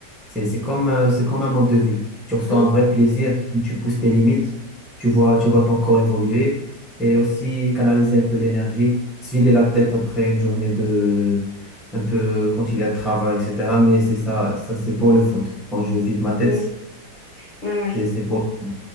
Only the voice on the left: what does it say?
Ah oui.
Oui, ouais, ouais.